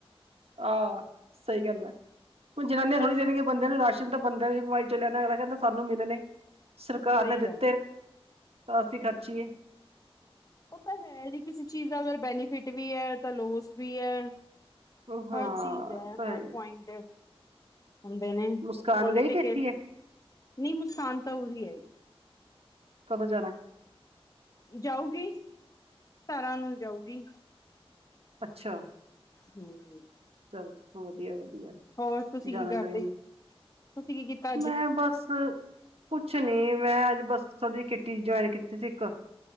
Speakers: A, on the right; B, on the left.
A: ਆਹ ਸਹੀ ਗੱਲ ਐ, ਹੁਣ ਜਨਾਨੀਆਂ
B: ਕਿਉਂ
A: ਥੋੜ੍ਹੀ
B: ਨਹੀਂ
A: ਦੇਣਗੀਆਂ ਬੰਦੇ ਨੂੰ ਰਾਸ਼ਨ ਤਾਂ ਬੰਦੇ ਦੀ ਗਵਾਈ ਚ ਲਿਆਣਾ ਅਗਲਾ ਕਹਿੰਦਾ ਸਾਨੂੰ ਮਿਲਣੇ ਸਰਕਾਰ
B: ਸਹੀ
A: ਨੇਂ ਦਿੱਤ
B: ਗੱਲ ਹੈ
A: ਤਾਂ ਅਸੀਂ ਖਰਚੀਏ
B: ਪਤਾ ਹੈ ਨੀਂ ਕਿਸੇ ਚੀਜ਼ ਦਾ ਅਗਰ ਬੈਨੀਫਿਟ ਵੀ ਐ ਤਾਂ ਲੋਸ ਵੀ ਐ।
A: ਹਾਂ
B: ਹਰ ਚੀਜ਼ ਹੈ
A: ਤਾਂ
B: ਹਰ
A: ਹੀ
B: ਪੁਆਇੰਟ ਹੁੰਦੇ ਨੇਂ,
A: ਮੁਸਕਾਨ
B: ਪੋਲੀਟੀਿਕ
A: ਗਈ ਕਿ ਇੱਥੇ
B: ਏ,
A: ਹੀ ਹੈ
B: ਮੁਸਕਾਨ ਤਾਂ ਉਹੀ ਐ।
A: ਕਦੋਂ ਜਾਣਾ?
B: ਜਾਊਗੀ, ਸਤਾਰਾਂ ਨੂੰ ਜਾਊਗੀ।
A: ਅੱਛਾ
B: ਹਮ
A: ਚੱਲੋ, ਵਧੀਆ ਵਧੀਆ,
B: ਹੋਰ ਤੁਸੀਂ
A: ਜਾਣਾ
B: ਕੀ ਕਰਦੇ
A: ਚਾਈਦਾ।
B: ਤੁਸੀਂ ਕੀ ਕੀਤਾ। ਅੱਜ
A: ਮੈਂ ਬਸ ਕੁਛ ਨੀਂ ਮੈਂ ਅੱਜ ਬੱਸ ਥੋੜੀ ਜਿ ਕਿਟੀ ਜੁਆਇਨ ਕੀਤੀ ਸੀ ਇੱਕ